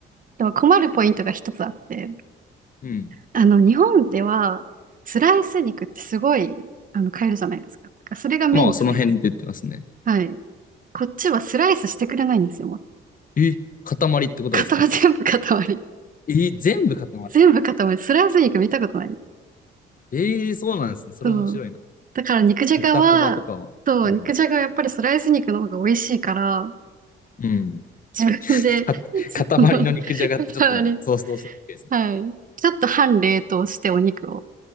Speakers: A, on the right; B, on the left.
A: でも困るポイントが一つあって、
B: うん。
A: あの、日本では、スライス肉ってすごい、あの、買えるじゃないですか。だからそれがメインじゃないです
B: まあ、その辺で言ってますね。
A: か。はい。こっちはスライスしてくれないんですよ、もう。
B: え、塊ってことですか
A: 塊、全部塊。
B: えー全部塊。
A: 全部塊。スライス肉見たことない。
B: えー、そうなんですね。それ面白いな。
A: そう。だから肉じゃがは、
B: 豚こまとかは。
A: そう、
B: うん。
A: 肉じゃがはやっぱりスライス肉の方が美味しいから、
B: うん。
A: 自分で、
B: <laughs>
A: <laughs> その、
B: か塊の肉じゃがってちょっとなんか想像しにくいですね。
A: 塊。はい。ちょっと半冷凍してお肉を。